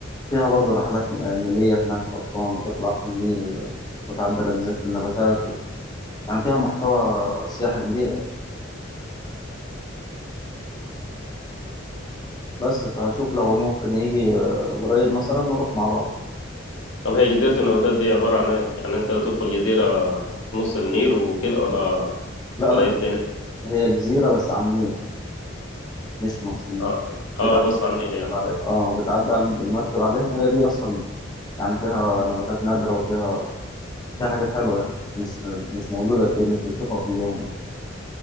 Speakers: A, on the left; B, on the left.
A: فيها برضه رحلات نيلية هناك في أسوان بتطلع في النيل وتعدي على جزيرة النباتات و... يعني فيها محتوى سياحي كبير بس فشوف لو ممكن يجي آه، قريب مثلا نروح مع بعض
B: طب هي جزيره النباتات دي عباره عن ايه يعني انت تدخل جزيره في نص النيل وكده ولا
A: لا
B: ولا
A: لا
B: ايه الدنيا
A: هي جزيرة بس على النيل مش في نفس النيل
B: اه, آه
A: بتعدي
B: بص على النيل يعني
A: المركب عليها اه بتعدي على- بالمركب عليها هي دي اصلا يعني فيها نباتات نادرة وفيها فيها حاجات حلوة يعني مش مش موجودة كتير مش بتشوفها كل يوم